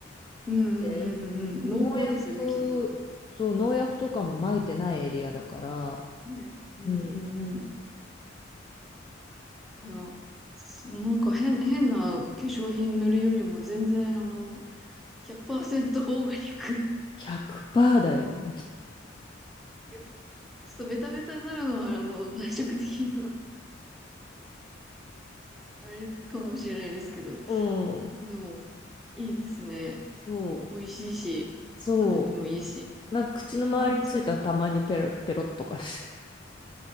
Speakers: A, in the centre; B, on the left (about 25°).
A: うんうんうんうん。
B: で、
A: 濃厚ですよね、
B: 農薬、
A: きっと。
B: そう、農薬とかも撒いてないエリアだから、
A: ね。うんうんうん。
B: うん、
A: いや、そなんか変、変な化粧品塗るよりも全然、あの、100%オーガニックな。
B: 100%だよ。
A: <laughs> ちょっとベタベタになるのは、あの、外食的には <laughs>、あれかもしれないですけど。
B: <laughs> うん、
A: でも、いいですね。
B: そう、
A: 美味しいし、
B: そう。
A: 肌にもいいし。
B: なんか口の周りについたのたまにペロッペロっとかし
A: うん。い